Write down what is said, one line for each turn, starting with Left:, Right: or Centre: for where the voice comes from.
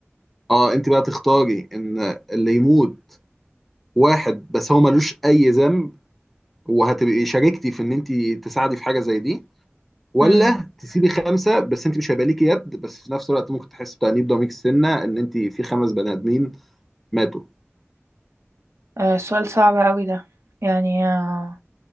Centre: اه انت بقى تختاري ان اللي يموت واحد بس هو ملوش اي ذنب وهتبقي شاركتي في ان انت تساعدي في حاجه زي دي ولا
Right: امم
Centre: تسيبي خمسه بس انت مش هيبقى ليكي يد بس في نفس الوقت ممكن تحسي بتأنيب ضمير السنه ان انت في خمس بني ادمين ماتوا
Right: آه سؤال صعب قوي ده يعني آه